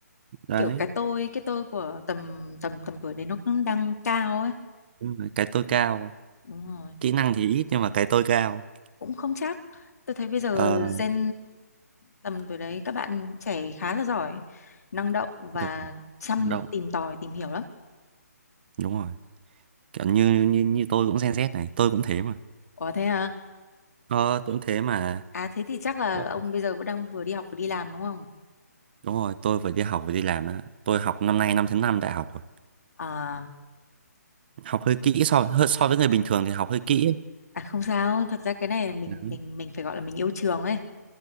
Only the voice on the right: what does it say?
đấy
Nhưng mà cái tôi cao
kỹ năng thì ít nhưng mà cái tôi cao
ờ
đúng rồi,
động
đúng rồi kiểu như như như tôi cũng Gen Z này tôi cũng thế mà
ờ, tôi cũng thế mà
Dạ.
đúng rồi tôi vừa đi học vừa đi làm á. tôi học năm nay năm thứ năm đại học rồi
học hơi kỹ so hơi so với người bình thường thì học hơi kỹ ấy.
Đấy.